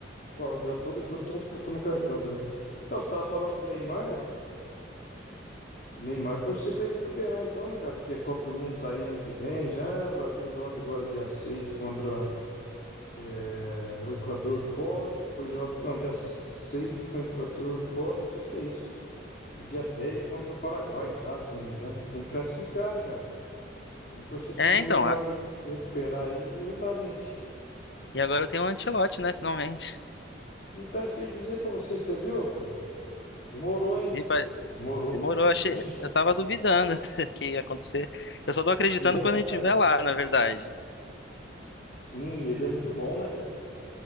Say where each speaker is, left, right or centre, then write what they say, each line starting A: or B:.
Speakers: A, on the left; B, on the left.
A: Bom, Abel, todo jogo toma, um, toma um cartão também. Então, você tava falando do Neymar. Neymar torcer pra ele recuperar então, né, cara? Porque a Copa do Mundo tá aí ano que vem já. O Brasil joga agora dia 6 contra eh, o Equador fora. Depois joga. Não, dia 6 com o Equador fora. Isso acho que é isso. E dia 10 contra o Paraguai em casa, se eu não me engano. Tem que classificar, né, cara? Vamos torcer pro
B: É,
A: pro
B: então,
A: Neymar
B: a-
A: aí se recuperar aí e ajudar a gente.
B: e agora eu tenho um Ancelotti, né, finalmente.
A: Então, é isso que eu ia dizer pra você, você viu, rapaz? Demorou, hein?
B: Vi, pa-
A: Demorou,
B: demorou,
A: mas
B: achei,
A: acho que. dia-
B: eu tava duvidando <laughs> que ia acontecer. Eu só tô acreditando
A: E ele é
B: quando
A: bom,
B: ele estiver
A: né?
B: lá, na verdade.
A: Sim, ele é muito bom, né?